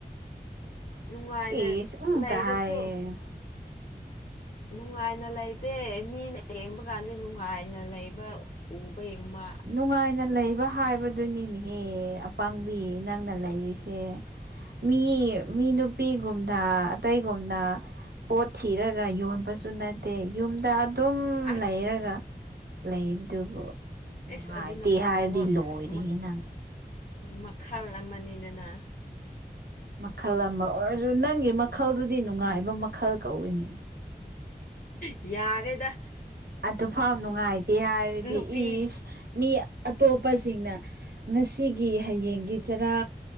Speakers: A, on the left; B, on the right.
A: ꯅꯨꯡꯉꯥꯏꯅ
B: ꯑꯦꯁ ꯎꯝ
A: ꯂꯩꯔꯁꯨ
B: ꯀ ꯍꯥꯏꯌꯦ
A: ꯅꯨꯡꯉꯥꯏꯅ ꯂꯩꯇꯦ ꯃꯤꯅ ꯌꯦꯡꯕ ꯀꯥꯟꯗꯤ ꯅꯨꯡꯉꯥꯏꯅ ꯂꯩꯕ ꯎꯕꯩ ꯑꯃꯥ
B: ꯅꯨꯡꯉꯥꯏꯅ ꯂꯩꯕ ꯍꯥꯏꯕꯗꯨꯅꯤꯅꯦꯍꯦ ꯑꯄꯪꯕꯤ ꯅꯪꯅ ꯂꯩꯔꯤꯁꯦ ꯃꯤ ꯃꯤ ꯅꯨꯄꯤꯒꯨꯝꯅ ꯑꯇꯩꯒꯨꯝꯅ ꯄꯣꯠ ꯊꯤꯔꯒ ꯌꯣꯟꯕꯁꯨ ꯅꯠ ꯇ‌ꯦ ꯌꯨꯝꯗ ꯑꯗꯨꯝ
A: ꯑꯁ
B: ꯂꯩꯔꯒ ꯂꯩꯕꯗꯨꯕꯨ ꯅꯨꯡꯉꯥꯏꯇꯦ
A: ꯑꯦꯁ ꯑꯗꯨꯅ ꯃꯛ
B: ꯍꯥꯏꯔꯗꯤ
A: ꯋꯛ
B: ꯂꯣꯏꯔꯦꯍꯦ
A: <unintelligible> ꯃꯛ
B: ꯅꯪ
A: ꯃꯈꯥꯜ ꯑꯃꯅꯤꯗꯅ
B: ꯃꯈꯜ ꯑꯃ ꯑꯣꯏꯔꯁꯨ ꯅꯪꯒꯤ ꯃꯈꯜꯗꯨꯗꯤ ꯅꯨꯡꯉꯥꯏꯕ ꯃꯈꯜ ꯀꯧꯏꯅꯦ
A: ꯌꯥꯔꯦꯗꯥ
B: ꯑꯗꯨꯐꯥꯎ ꯅꯨꯡꯉꯥꯏꯇꯦ ꯍꯥꯏꯔꯗꯤ
A: ꯅꯨꯄꯤ
B: ꯏꯁ ꯃꯤ ꯑꯇꯣꯞꯄꯁꯤꯡꯅ ꯉꯁꯤꯒꯤ ꯍꯌꯦꯡꯒꯤ ꯆꯔꯥ